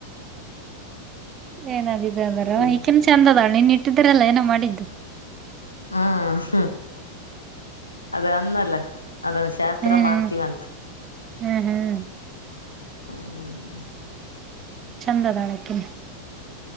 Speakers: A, on the right (about 30°); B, on the left (about 80°).
A: ಏನಾಗಿದೆ ಅಂದರ
B: ಸೀಮ
A: ಈಕೀನ್ ಚಂದ ಅದಳ ನೀನ್ನ ಇಟ್ಟಿದ್ರಲ್ಲ ಏನೋ ಮಾಡಿದ್ದು.
B: ಹ್ಮ್ ಹ್ ಅದ ಅನ್ನಲ್ಲ. ಅದ ಶಾಸ್ತ್ರ
A: ಹ್ಮ್
B: ಮಾಡ್ತಿವಂತ.
A: ಹ್ಮ್ ಹ್ಮ್
B: ಹ್ಮ
A: ಚಂದದಾಳಕಿನು.